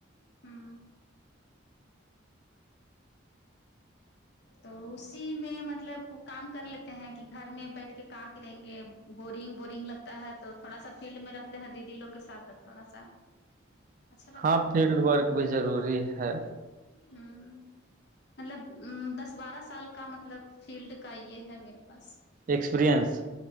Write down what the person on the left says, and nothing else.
ہاں تو اسی میں مطلب کام کر لیتے ہیں کہ گھر میں بیٹھ کے کہاں کے رہیں گے بورنگ بورنگ لگتا ہے تو تھوڑا سا فیلڈ میں ہیں دیدی لوگ کے ساتھ تھوڑا سا اچھا لگتا
ہے
ہوں مطلب دس بارہ سال کا مطلب فیلڈ کا یہ ہے میرے پاس